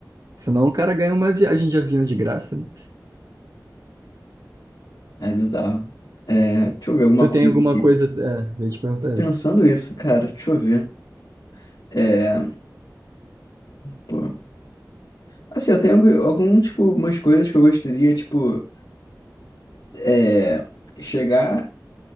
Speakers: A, on the right; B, on the left.
A: Senão o cara ganha uma viagem de avião de graça, né?
B: é bizarro. É, deixa eu ver alguma
A: Tu
B: coisa
A: tem alguma
B: aqui.
A: coisa. É, eu ia te perguntar
B: Tô Pensando
A: isso.
B: isso, cara, deixa eu ver. É, pô. Assim, eu tenho algum, tipo, umas coisas que eu gostaria, tipo. é, chegar,